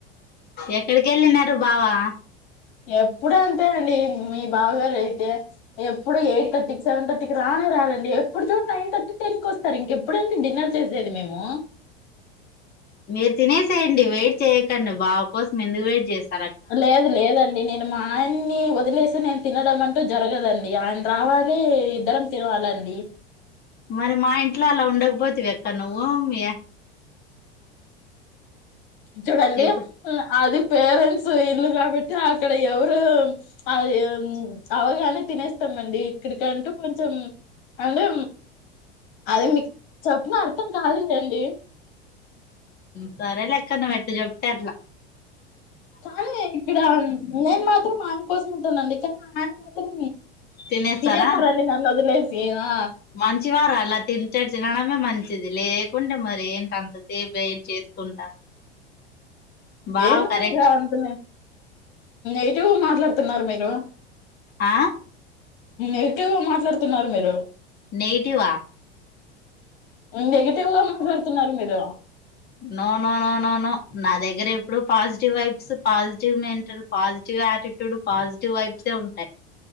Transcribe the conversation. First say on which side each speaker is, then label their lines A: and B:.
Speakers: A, on the left; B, on the left.
A: ఎక్కడికి వెళ్ళిన బావా
B: ఎప్పుడ అంతే అండి మీ బాబగారు అయితే ఎప్పుడు ఎయిట్ థర్టీకి సెవెన్ థర్టీకి రానే రాలండి ఎప్పుడు చూడు నైన్ థర్టీ టెన్ కి వస్తారు ఇంకెప్పుడడి డిన్నర్ చేసేది మేము
A: మీరు తినేసేయండి వెయిట్ చేయకండి బాగా కోసం ఎందుకు వెయిట్ చేస్త
B: లేదు లేదండి నేను మా ఆయన్ని వదిలేసి నేను తినడం అంటూ జరగదండి ఆయన రావాలి ఇద్దరం తినాలండి
A: మరి మా ఇంట్లో అలా ఉండకపోతువి ఎక్కడ నువ్వు మీ
B: అ చూడండి
A: ఇప్పుడు
B: అది పేరెంట్స్ ఇల్లు కాబట్టి అక్కడ ఎవరు అది అవగానే తినేస్తామండి ఇక్కడికంటూ కొంచెం అంటే అది మీకు చెప్పిన అర్థం కాదుదండి
A: సరేలేక్కన వెట్ చెప్తర్లా
B: చాాల ఇక్కడ నేను మాత్రం ఆయమె కోసం ఉంటానండి కానీ ఆయన మాత్రం
A: తినేస్తారా
B: తినేస్తారండి నన్ను వదిలేసి ఆ
A: మంచి వార అలా తితారు తినడమే మంచి ఇది లేకుండా మరి ఏంటి అంతసేపు ఏయిట్ చేసుకుంటా బావ
B: ఏంటన్నా
A: కరెక్ట్
B: మీరు అతునే ఎటివ మాట్లాడుతున్నారు మీరు
A: ఆ
B: ఎగిటివ్ మాట్లాడుతున్నారు మీరు
A: నదివా
B: నెగిటివ్గా మాట్లాడుతున్నారు మీరు
A: no no no no no నా దగ్గర ఎప్పుడు positive vibes positive mental positive attitude positive వైబ్సే ఉంటాయి